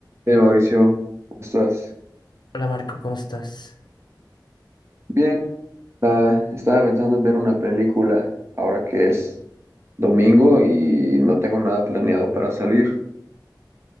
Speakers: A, on the right (about 35°); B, on the left (about 70°).
A: Hey Mauricio, ¿cómo estás?
B: Hola Marco, ¿cómo estás?
A: Bien, ah, estaba pensando en ver una película ahora que es domingo y no tengo nada planeado para salir.